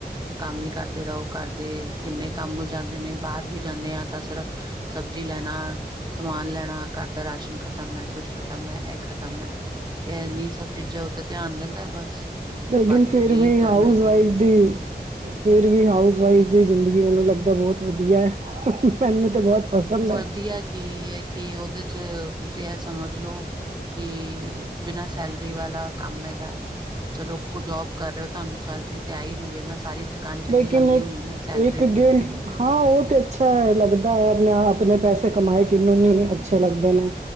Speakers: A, on the right; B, on the right.
A: ਕੰਮ ਹੀ ਕਰਦੇ ਰਹੋ ਘਰਦੇ ਇੰਨੇ ਕੰਮ ਹੋ ਜਾਂਦੇ ਨੇ ਬਾਹਰ ਵੀ ਜਾਂਦੇ ਹਾਂ ਤਾਂ ਸਿਰਫ ਸਬਜ਼ੀ ਲੈਣਾ ਸਮਾਨ ਲੈਣਾ। ਘਰ ਦਾ ਰਾਸ਼ਨ ਖਤਮ ਹੈ ਕੁੱਛ ਖਤਮ ਹੈ ਇਹ ਖਤਮ ਹੈ ਇਹਨੀ ਸਭ ਚੀਜ਼ਾਂ ਉੱਤੇ ਧਿਆਨ ਰਹਿੰਦਾ ਬਸ
B: ਲੇਕਿਨ
A: ਬਾਕੀ
B: ਫੇਿਰ
A: ਕੀ
B: ਵੀ
A: ਕਰਨਾ
B: ਹਾਊਸ
A: ਕੀ
B: ਵਾਈਫ
A: ਨਹੀਂ।
B: ਦੀ ਫਿਰ ਵੀ ਹਾਊਸ ਵਾਈਫ ਦੀ ਜ਼ਿੰਦਗੀ ਮੈਨੂੰ ਲੱਗਦਾ ਬਹੁਤ ਵਧੀਆ ਹੈ ਮੈਨੂੰ ਤਾਂ ਬਹੁਤ ਪਸੰਦ
A: ਵਧੀਆ
B: ਹੈ
A: ਕੀ ਹੈ ਕੀ ਉਹਦੇ ਚ ਤੁਸੀਂ ਇਹ ਸਮਝ ਲੋਓ ਕੀ ਬਿਨਾ ਸੈਲਰੀ ਵਾਲਾ ਕਮ ਹੈਗਾ। ਚਲੋ ਕੋਈ ਜੋਬ ਕਰ ਰਹੇ ਹੋ। ਤੁਹਾਨੂੰ ਸੈਲਰੀ ਤੇ ਆ ਹੀ ਰਹੀ ਹੈ। ਨਾ ਸਾਰੀ ਥਕਾਨ ਚਲੀ
B: ਲੇਕਿਨ
A: ਜਾਦੀ
B: ਇੱਕ
A: ਹੋਣੀ ਆ ਸੈਲਰੀ
B: ਇੱਕ
A: ਦੇਖ
B: ਗਿਲਡ
A: ਕੇ
B: ਹਾਂ ਉਹ ਤੇ ਅਛਾ ਹੈ ਲੱਗਦਾ ਹੈ। ਨ ਆਪਣੇ ਪੈਸੇ ਕਮਾਏ ਕਿਨੂੰ ਨੀ ਅੱਛੇ ਲਗਦੇ ਨੇ